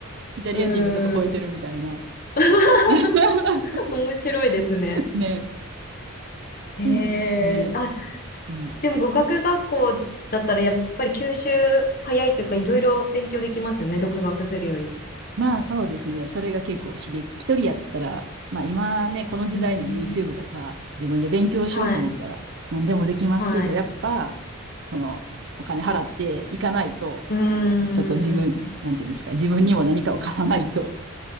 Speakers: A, on the right; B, on the left.
A: イタリア人がちょっと吠えてるみたいな。
B: うーん。<laughs>
A: <laughs>
B: 面白いですね。
A: ね。
B: へ
A: で、なんかね、
B: え。あ、
A: うん。
B: でも語学学校だったらやっぱり吸収早いというかいろいろ勉強できますね。独学するより。
A: まあそうですね。それが結構刺激。一人やったら、まあ今ね、この時代の
B: うん。
A: YouTube とか自分で勉強しようと思ったら何でもできますけど、
B: はい。はい。
A: やっぱ、そのお金払っていかないと、
B: うーん。
A: なんかちょっと自分、なんていうんですか、自分にも何かを貸さないと、